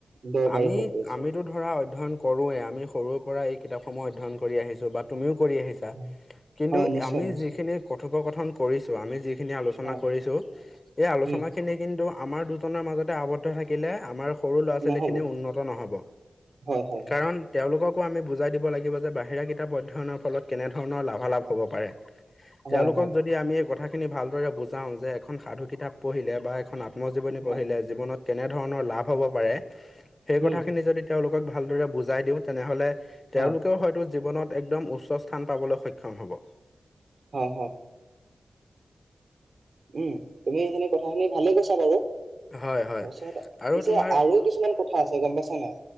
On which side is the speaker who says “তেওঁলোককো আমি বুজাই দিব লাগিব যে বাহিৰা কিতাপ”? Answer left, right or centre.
Left